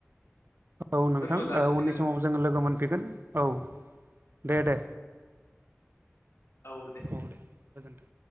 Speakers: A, on the right; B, on the left.
A: औ नोंथां
B: दोनथ' जासिगोन
A: उननि
B: होमबा
A: समाव जोङो लोगो मोनफैगोन औ दे दे।
B: औ दे
A: औ दे गोजोन्थों।